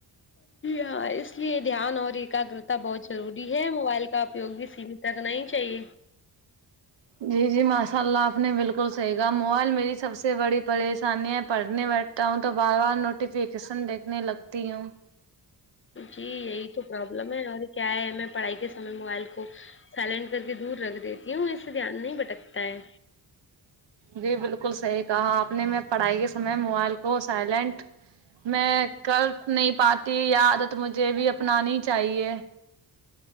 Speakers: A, on the left; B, on the right.
A: ہاں اس لیے دھیان اور ایکاگرتا بہت ضروری ہے موبائل کا اپیوگ بھی سمیت رکھنا ہی چاہیے
B: جی جی ماشاء اللہ آپ نے بالکل صحیح کہا موبائل میری سب سے بڑی پریش انی پڑھنے بیٹھتا ہوں تو بار بار نوٹیفکیشن دیکھنے لگتی ہوں
A: جی یہی تو پرابلم ہے اور کیا ہے میں پڑھائی کے سمے موبائل کو سائلنٹ کر کے دور رکھ دیتی ہوں اس سے دھیان نہیں بھٹکتا ہے
B: جی بالکل صحیح کہا آپ نے میں پڑھائی کے سمے موبائل کو سائلینٹ میں کر نہیں پاتی یہ عادت مجھے بھی اپنانی چاہیے